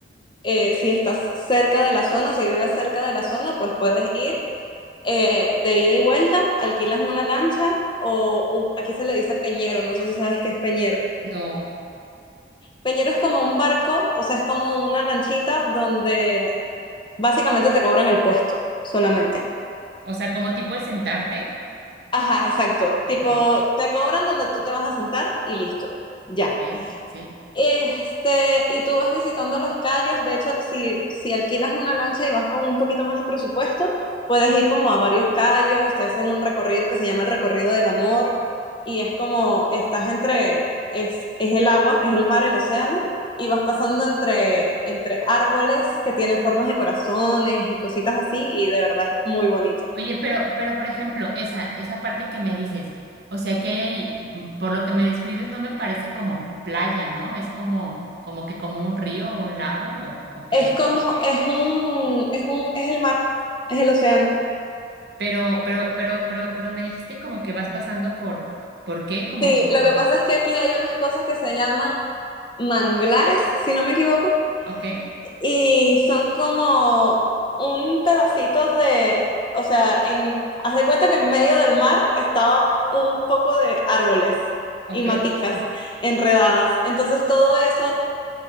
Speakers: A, on the left; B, on the right.
A: eh, si estás cerca de la zona, si vives cerca de la zona, pues puedes ir eh, de ida y vuelta, alquilas una lancha o un- aquí se le dice peñero, no sé si sabes qué es peñero.
B: No.
A: Peñero es como un barco, o sea, es como una lanchita donde básicamente te cobran el puesto solamente.
B: O sea, como tipo el sentarte.
A: Ajá, exacto.
B: Ok,
A: Tipo, te cobran donde tú te vas a sentar y listo. Ya.
B: ok, sí.
A: Este, y tú vas visitando los cayos, de hecho, si, si alquilas una lancha y vas con un poquito más de presupuesto, puedes ir como a varios cayos, te hacen un recorrido que se llama el recorrido del amor, y es como estás entre, es, es el agua, es el mar, el océano, y vas pasando entre, entre árboles que tienen formas de corazones y cositas así, y de verdad es muy bonito.
B: Oye, pero, pero por ejemplo, esa, esa parte que me dices, o sea, que hay ahí, mm, por lo que me describes, no me parece como playa, ¿no? Es como, como que como un río o un lago o, o qué.
A: Es como, es un, es un, es el mar, es el océano.
B: Pero, pero, pero, pero, pero me dijiste como que vas pasando por, ¿por qué? Como
A: Sí,
B: por,
A: lo que pasa es que aquí hay unas cosas que se llaman manglares, si no me equivoco,
B: ok,
A: y son como un pedacito de, o sea, en, haz de cuenta que en medio del mar estaba un poco de árboles
B: ok.
A: y maticas enredadas. Entonces todo eso